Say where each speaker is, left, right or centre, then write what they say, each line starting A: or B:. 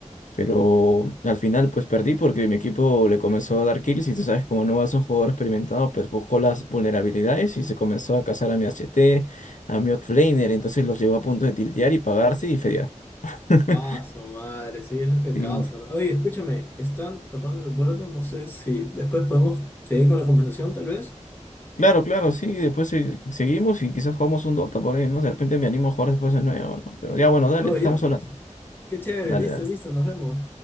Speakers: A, on the left; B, on the left.
A: Pero al final pues perdí porque mi equipo le comenzó a dar kills y tú sabes como no es un jugador experimentado pues buscó las vulnerabilidades y se comenzó a cazar a mi H T a mi offlaner, entonces los llevó a punto de tiltear y pagarse y fedear. <laughs>
B: paso, madre, sí, es lo que
A: Sí,
B: causa.
A: sí.
B: Oye, escúchame, están tocando mi puerta, no sé si después podemos seguir con la conversación, tal vez.
A: claro, claro, sí, después se- seguimos y quizás jugamos un Dota por ahí, ¿no? De repente me animo a jugar después de nuevo, ¿no? Pero ya bueno, dale,
B: Oye,
A: estamos
B: ya, pues.
A: hablando.
B: Qué chévere,
A: Dale,
B: listo,
A: dale.
B: listo, nos vemos.